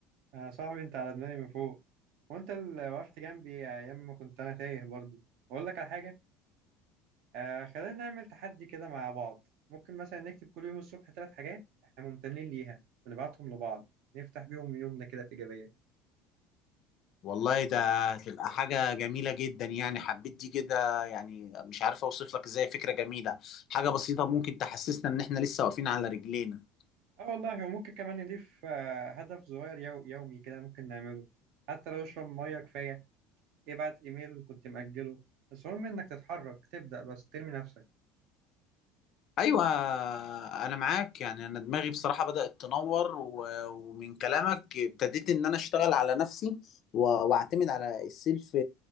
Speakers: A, on the right (about 60°); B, on the left (about 45°).
A: يا صاحبي انت على دماغي من فوق وانت اللي وقفت جنبي ايام ما كنت انا تايه برضو اقول لك على حاجة آه خلينا نعمل تحدي كده مع بعض ممكن مثلا نكتب كل يوم الصبح ثلاث حاجات احنا ممتنين ليها ونبعتهم لبعض نفتح بيهم يومنا كده بإيجابية
B: والله ده هتبقى حاجة جميلة جدا يعني حبيت دي كده يعني مش عارف اوصف لك ازاي فكرة جميلة حاجة بسيطة ممكن تحسسنا ان احنا لسه واقفين على رجلينا
A: اه والله وممكن كمان نضيف آه هدف صغير يو يومي كده ممكن نعمله حتى لو اشرب مية كفاية ابعت ايميل كنت مأجله بس المهم انك تتحرك تبدأ بس ترمي نفسك
B: ايوه انا معاك يعني انا دماغي بصراحة بدأت تنور و- ومن كلامك ابتديت ان انا اشتغل على نفسي و- واعتمد على السيلف